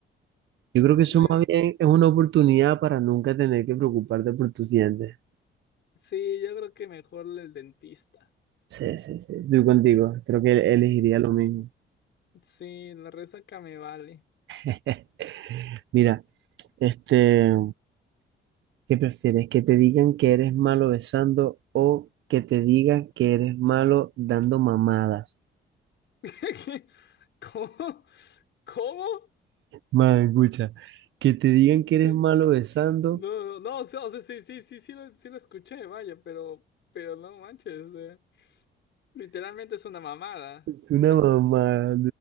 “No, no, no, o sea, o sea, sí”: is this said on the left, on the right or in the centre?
Left